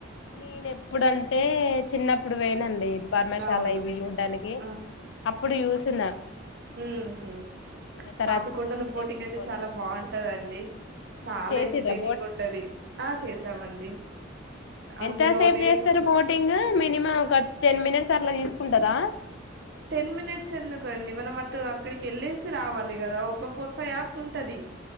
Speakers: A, on the left; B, on the right.
A: నేన ఎప్పుడంటే చిన్నప్ ప్పుడు వేనండి ఇ పర్మశాల
B: అవునా
A: ఇవి చూడ్డానికి
B: ఆ
A: అప్పుడు చూసిన
B: ఉ
A: ఇంకా తర్వాతకి
B: పాపికొండలు
A: ఇంకా మళ్ళీ
B: బోటింగ్
A: ఎప్పుడు
B: అయితే
A: పోలే
B: చాలా బాగుంటదండి చాలా
A: చేసిర్రా
B: ఎంటర్టైనింగ్ ఉంటది ఆ చేసామండి అందులోనే
A: ఎంత సేపు చేసిర్రు
B: ఫుల్
A: బోటింగ్ మినిమం ఒక టెన్ మినిట్స్ అట్లా తీస్ కుంటదా
B: టెన్ మినిట్స్ ఎందుకండి మనం అటు అక్కడికి వెళ్ళేసి రావాలి కదా ఒక ఫోర్ ఫైవ్ అవర్స్ ఉంటది